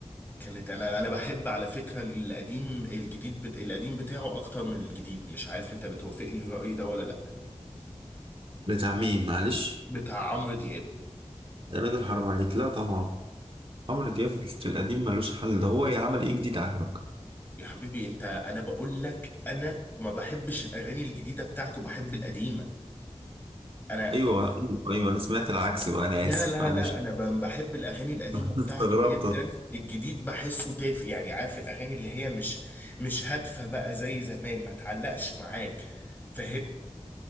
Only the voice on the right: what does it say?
بتاع مين معلش
يا راجل حرام عليك لا طبعا عمرو دياب في القديم ملوش حل ده هو يعمل ايه جديد عجبك
ايوه ايوه أيوة، انا سمعت العكس بقى انا
اسف
معلش
<laughs>
استغربت